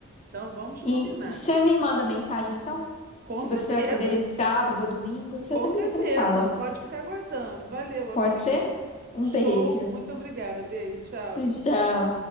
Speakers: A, on the right (about 45°); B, on the left (about 30°).
A: Então vamos combinar.
B: E você me manda mensagem, então?
A: Com
B: Se
A: certeza,
B: você vai poder vir sábado ou domingo, você,
A: com
B: você
A: certeza.
B: me, você me fala.
A: Pode ficar aguardando. Valeu, amiga.
B: Pode ser? Um
A: Show.
B: beijo.
A: Muito obrigada. Beijo. Tchau.
B: Tchau.